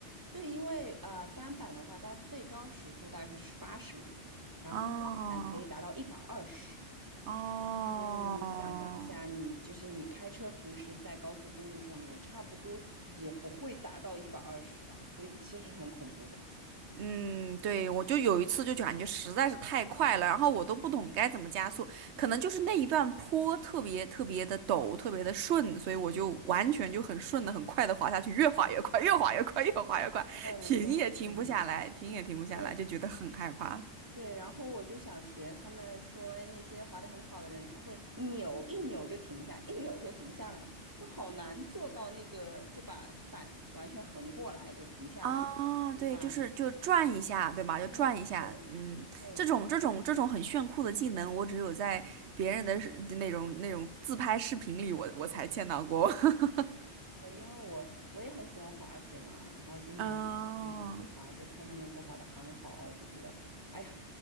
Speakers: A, on the right; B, on the right.
A: 对，因为呃单板的话，它最高时速大概是八十嘛，然后双板可以达到一百二十。
B: 哦哦，
A: 所以你想象一下，你就是你开车平时在高速公路上面也差不多也不会达到一百二十吧，所以其实是很恐怖的。
B: 嗯，对，我就有一次就感觉实在是太快了，然后我都不懂该怎么加速，可能就是那一段坡特别特别的陡，特别的顺，所以我就完全就很顺的、很快的滑下去，越滑越快，越滑越快，越滑越快，
A: 对对对。
B: 停也停不下来，停也停不下来，
A: 对
B: 就觉得很害怕。
A: 对，然后我就想学他们说，哎，那些滑得很好的人，他会扭一扭就停下，一扭就停下来，就好难做到那个，就把板完全横过来就停下来，
B: 啊，
A: 很难。
B: 对，就是就转一下，对吧？就转一下，
A: 对对对
B: 嗯，
A: 对，
B: 这种这种这种很炫酷的技能，我只有在别人的视那种那种自拍视频里我，我才见到过。<laughs>
A: 我因为我我也很喜欢滑雪嘛，然后经常跟朋友一起去滑，
B: 哦，
A: 就看他们都滑得很好，就觉得，哎呀，